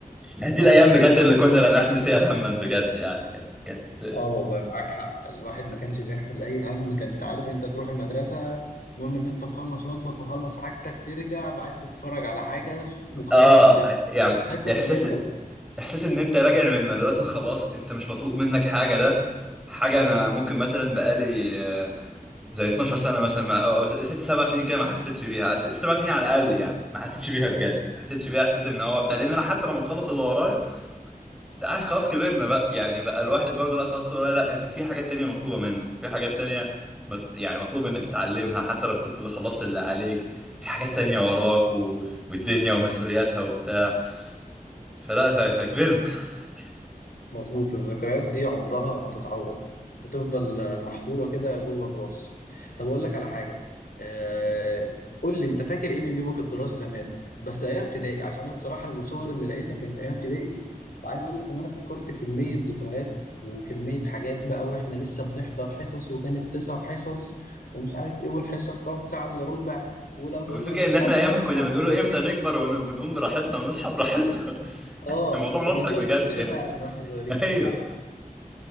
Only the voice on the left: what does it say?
أه
أنت
فاكر
اه والله معاك حق الواحد
ما كانش بيحمل اي هم كنت عارف انت تروح المدرسه المهم ان انت مخلص واجبك مخلص حاجتك ترجع عايز تتفرج على حاجه وخلاص
انت يوم
تاكل
ونام بقى
مظبوط
مظبوط الذكريات دي عمرها ما تتعوض بتفضل آه، محفورة كده جوه الراس طب أقول لك على حاجة آه، قول لي أنت فاكر إيه من يومك الدراسي زمان بس أيام ابتدائي عشان أنا بصراحة الصور اللي لقيتها كانت أيام ابتدائي وعايز أقول لك إن أنا افتكرت كمية ذكريات وكمية حاجات بقى وإحنا لسه بنحضر حصص وكانت تسع حصص ومش عارف إيه والحصة بتقعد ساعة إلا ربع ولو مثلا
في مرة
أنت مش
عامل
واجب
آه
كنا بنقعد
نقول كده
فعلا وإحنا صغيرين
صح